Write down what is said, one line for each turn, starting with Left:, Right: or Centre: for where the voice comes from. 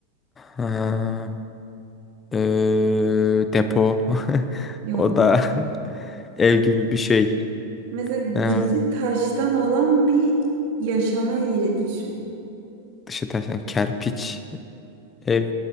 Left: Ha, ee, depo. <laughs>
Right: Yok.
Left: O da <laughs> ev gibi bir şey.
Right: Mesela
Left: Ha,
Right: dışı taştan olan bir yaşama yeri düşün.
Left: dışı taştan kerpiç ev.